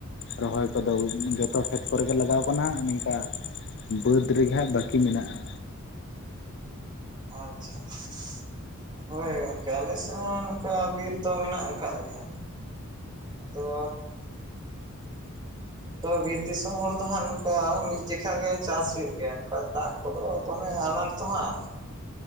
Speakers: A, on the left; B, on the right.
A: ᱨᱚᱦᱚᱭ ᱠᱚᱫᱚ ᱡᱚᱛᱚ ᱠᱷᱮᱛ ᱠᱚᱨᱮ ᱜᱮ ᱞᱟᱜᱟᱣ ᱠᱟᱱᱟ, ᱱᱤᱝᱠᱟ ᱵᱟᱹᱫᱽ ᱨᱮᱸᱜᱮ ᱦᱟᱸᱜ ᱵᱟᱹᱠᱤ ᱢᱮᱱᱟᱜᱼᱟ᱾
B: ᱟᱪᱪᱷᱟ ᱟᱪᱪᱷᱟ᱾ ᱦᱳᱭ
A: ᱦᱩᱸ
B: ᱟᱞᱮ ᱥᱮᱫ ᱦᱚᱸ ᱱᱚᱝᱠᱟ ᱵᱤᱨ ᱫᱚ ᱢᱮᱱᱟᱜ ᱟᱠᱟᱫ ᱜᱮᱭᱟ, ᱟᱫᱚ ᱟᱫᱚ ᱵᱤᱨ ᱫᱤᱥᱚᱢ ᱦᱚᱲ ᱫᱚ ᱦᱟᱸᱜ ᱱᱚᱝᱠᱟ ᱢᱤᱫ ᱡᱮᱠᱷᱟ ᱜᱮ ᱪᱟᱹᱥ ᱦᱳᱭᱳᱜ ᱜᱮᱭᱟ, ᱱᱚᱝᱠᱟ ᱫᱟᱜ ᱠᱚᱫᱚ ᱫᱚᱢᱮ ᱟᱱᱟᱴ ᱛᱚ ᱦᱟᱸᱜ